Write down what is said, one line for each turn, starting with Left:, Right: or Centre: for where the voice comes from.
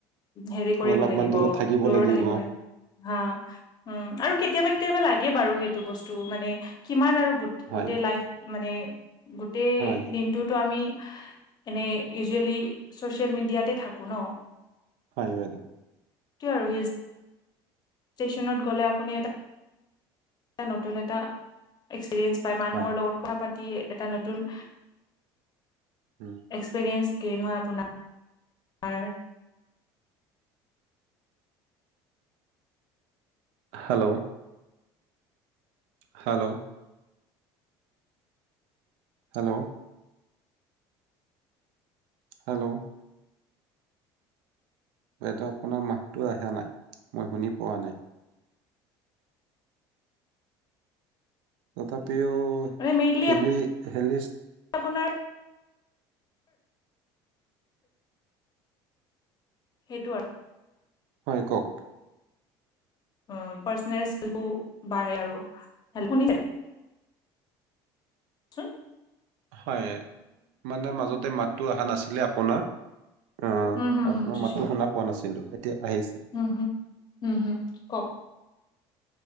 Left: হেৰি কৰিব
Right: অলপমান
Left: লাগিব
Right: দূৰত থাকিব
Left: দূৰত
Right: লাগিব
Left: আহিবলে হা উম আৰু কেতিয়াবা কেতিয়াবা লাগে বাৰু সেইটো বস্তু মানে কিমান আৰু গোট
Right: হয়
Left: গোটেই লাইফ মানে গোটেই
Right: হয়
Left: দিনটোতো আমি এনেই ইউজুৱেলি ছচিয়েল মিডিয়াতে থাকো ন।
Right: হয় বাইদেও।
Left: আৰু হিল ষ্টেচনত গ'লে আপুনি এটা এটা নতুন এটা এক্সপিৰিয়েঞ্চ পায় মানুহৰ
Right: হয়।
Left: লগত কথা পাতি এটা নতুন নতুন
Right: উম,
Left: এক্সপেৰিয়েঞ্চ। কেই নহয় আপোনাৰ।
Right: হেল্ল'! হেল্ল'! হেল্ল'! হেল্ল'! বাইদেউ আপোনাৰ মাতটো আহা নাই মই শুনি পোৱা নাই। তঠা <unintelligible>
Left: মানে মেইনলি
Right: হেলিষ্ট
Left: আপোনাৰ সেইটো আৰু
Right: হয় কওক
Left: অ পাৰ্চনেল বাঢ়ে আৰু হেল্ল শুনিছে? <inaudible>
Right: হয় মানে মাজতে মাতটো অহা নাছিলে আপোনাৰ। অ
Left: উম হম
Right: আপোনাৰ
Left: হম দিছো
Right: মাতটো শুনা পোৱা নাছিলো এতিয়া আহিছে
Left: উম হম-হম-হম কওক?